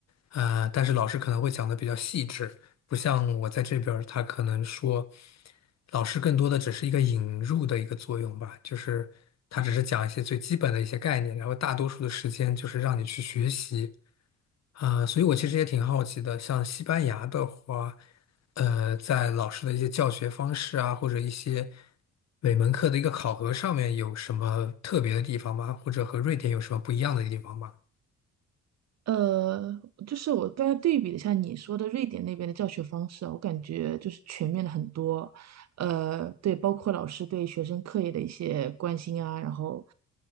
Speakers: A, on the left; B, on the right.
A: 呃，但是老师可能会讲的比较细致，不像我在这边儿他可能说，老师更多的只是一个引入的一个作用吧，就是他只是讲一些最基本的一些概念，然后大多数的时间就是让你去学习啊，所以我其实也挺好奇的，像西班牙的话，呃，在老师的一些教学方式啊，或者一些每门课的一个考核上面有什么特别的地方吗？或者和瑞典有什么不一样的地方吗？
B: 呃，就是我刚才对比了一下你说的瑞典那边的教学方式啊，我感觉就是全面了很多，呃，对，包括老师对学生课业的一些关心啊，然后